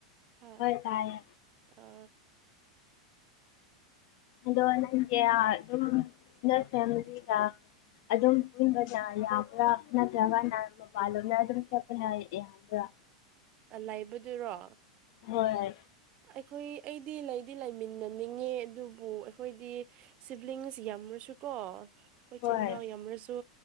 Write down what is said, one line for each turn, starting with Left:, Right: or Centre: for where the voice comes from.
Right: ꯍꯥ
Left: ꯍꯣꯏ ꯇꯥꯏꯌꯦ
Right: ꯑ
Left: ꯑꯗꯣ ꯅꯪ ꯑꯗꯨꯝ ꯅ ꯐꯦꯂꯤꯒ ꯑꯗꯨꯝ ꯟꯕꯅ ꯌꯥꯕ꯭ꯔꯥ ꯅꯠꯇ꯭ꯔꯒꯅ ꯃꯄꯥꯟꯂꯣꯝꯗ ꯑꯗꯨꯝ ꯆꯠꯄꯅ ꯌꯥꯕ꯭ꯔꯥ
Right: ꯑ ꯂꯩꯕꯗꯨꯔꯣ
Left: ꯍꯣꯏꯣꯏ
Right: ꯑꯩꯈꯣꯏ ꯑꯩꯗꯤ ꯂꯩꯗꯤ ꯂꯩꯃꯤꯟꯅꯅꯤꯡꯉꯦ ꯑꯗꯨꯕꯨ ꯑꯩꯈꯣꯏꯗꯤ ꯁꯤꯕ꯭ꯂꯤꯡꯁ ꯌꯥꯝꯔꯁꯨ ꯀꯣ ꯑꯩꯈꯣꯏ ꯏꯆꯤꯟ
Left: ꯍꯣꯏ
Right: ꯏꯅꯥꯎ ꯌꯥꯝꯔꯁꯨ